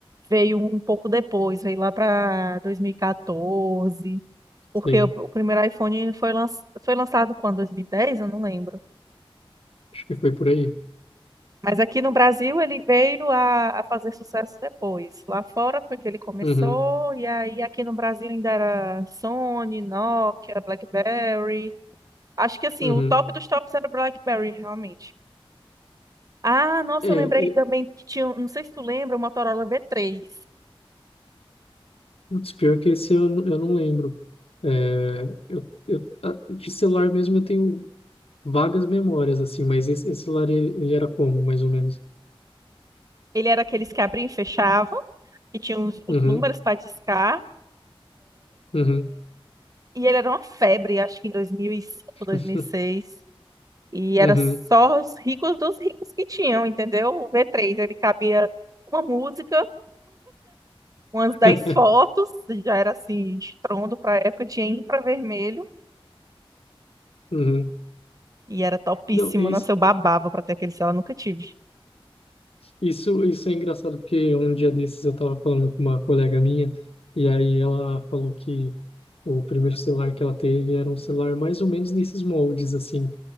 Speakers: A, on the right; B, on the left.
A: veio um pouco depois, veio lá para 2014. Porque
B: sim.
A: o, o primeiro iPhone ele foi, lan- foi lançado quando? 2010? Eu não lembro.
B: Acho que foi por aí.
A: Mas aqui no Brasil ele veio a, a fazer sucesso depois. Lá fora foi que ele começou,
B: Uhum,
A: e aí aqui no Brasil ainda era Sony, Nokia, BlackBerry. Acho que assim,
B: uhum.
A: o top dos tops era o BlackBerry, realmente. Ah, nossa,
B: É,
A: eu lembrei
B: é,
A: também que tinha, um- não sei se tu lembra, o Motorola V3.
B: putz, pior que esse eu, eu não lembro. É, eu, eu, a- de celular mesmo eu tenho vagas memórias, assim, mas esse, esse celular, ele, ele era como, mais ou menos?
A: Ele era aqueles que abriam e fechavam, e tinha os, os
B: Uhum,
A: números para discar.
B: uhum,
A: E ele era uma febre, acho que em dois mil E cinco dois
B: <laughs>
A: mil e e seis E
B: uhum,
A: era só os ricos dos ricos que tinham, entendeu? O v três ele cabia uma música, umas
B: <laughs>
A: 10 fotos, já era assim, estrondo pra época, tinha infravermelho
B: uhum.
A: e era topíssimo.
B: Não, isso,
A: Nossa, eu babava pra ter aquele celular, nunca tive.
B: isso, isso é engraçado porque um dia desses eu estava falando com uma colega minha e aí ela falou que o primeiro celular que ela teve era um celular mais ou menos nesses moldes assim